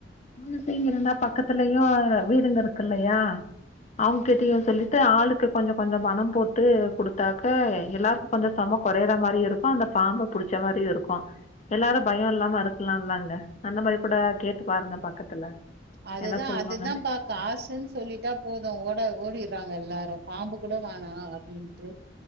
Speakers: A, on the left; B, on the right.
A: உன்னு சீங் இருந்தா பக்கத்துலயு வீடுங்க இருக்கு இல்லையா அவுங் கிட்டயும் சொல்லிட்டு ஆளுக்கு கொஞ்ச கொஞ்ச பணம் போட்டு குடுத்தாக்கா எல்லா கொஞ்சம் செம குறையற மாதிரியும் இருக்கும் அந்த பாம்பை புடிச்ச மாரியும் இருக்கும் எல்லாரு பயோ இல்லாம இருக்கலால்லங்க அந்த மாரி கூட கேட்டு பாருங்க பக்கத்துல
B: அதுதான்
A: என்ன சொல்லுவாங்கன்னு
B: அதுதான் பா காசுன்னு சொல்லிட்டா போதும் ஓட ஓடிடுறாங்க எல்லாரும் பாம்பு கூட வானாம் அப்டின்ட்டு